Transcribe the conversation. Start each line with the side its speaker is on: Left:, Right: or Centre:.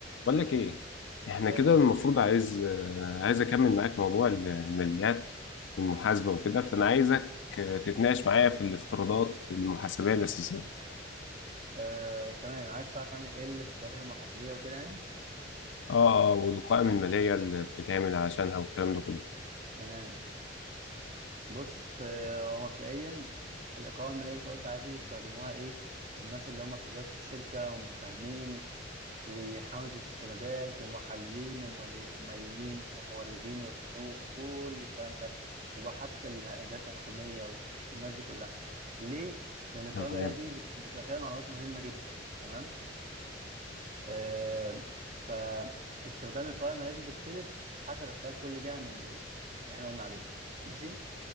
Left: بقول لك ايه احنا
Right: يا
Left: كده
Right: غالي
Left: المفروض عايز آه، عايز اكمل معاك موضوع ال- الماليات والمحاسبه وكده فانا عايزك آه، تتناقش معايا في الافتراضات المحاسبيه الاساسيه
Right: آه، تمام عايز تعرف يعني ايه الافتراضات المحاسبيه وكده يعني
Left: اه اه والقوائم الماليه اللي بتتعمل عشانها والكلام ده كله
Right: تمام بص آه، هو مبدئيا القوائم اللي انت قلت عادي بيستخدموها ايه الناس اللي هم في اداره الشركه والمساهمين وحمله السندات والمحللين والمالي- والماليين والموردين والبنوك وكل الكلام ده وحتى الجهات الحكوميه والناس دي كلها ليه لان القوائم
Left: تمام
Right: اللي هي دي بت- بتبقى فيها معلومات مهمه جدا تمام آه، فاستخدام القوائم المالية دي بيختلف حسب احتياج كل جهة من دول اللي احنا قلنا عليهم ماشي